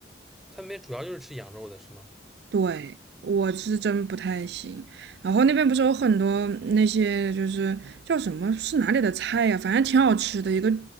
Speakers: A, in the centre; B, on the right.
A: 他们那边主要就是吃羊肉的是吗？
B: 对，我是真不太行。然后那边不是有很多那些就是叫什么是哪里的菜呀、反正挺好吃的，一个